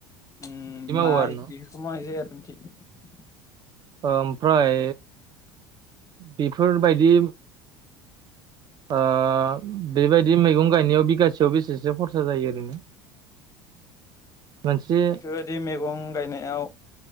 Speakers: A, on the left (about 30°); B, on the right (about 40°).
A: उम
B: बिदि मावो
A: माइ
B: आरो न
A: बेफोरखौ <unintelligible> <unintelligible>
B: ओमफ्राय बेफोरबायदि ओ बेबायदि मैगं गायनायाव बिगासेयाव बेसेसो खरसा जायो ओरैनो मोनसे
A: बेफोरबायदि मैगं गायनायाव